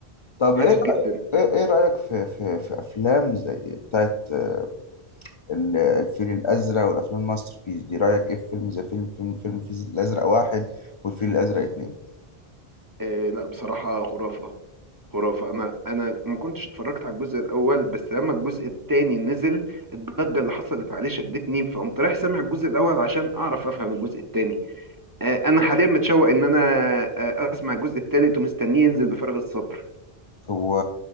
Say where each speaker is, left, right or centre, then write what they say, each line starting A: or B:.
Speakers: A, on the left; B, on the right.
A: طب
B: هادف
A: ايه
B: جدا
A: إيه رأيك في في في افلام زي بتاعت آه، ال- الفيل الازرق والافلام الماستر بيس دي رأيك ايه في فيلم زي فيلم فيلم فيلم الفيل الازرق واحد والفيل الازرق اتنين
B: آه لا بصراحة خرافة خرافة أنا أنا ما كنتش اتفرجت على الجزء الأول بس لما الجزء التاني نزل الضجة اللي حصلت عليه شدتني فقمت رايح سامع الجزء الأول عشان أعرف أفهم الجزء التاني آه، أنا حاليا متشوق إن أنا آه، أسمع الجزء التالت ومستنيه ينزل بفارغ الصبر
A: هو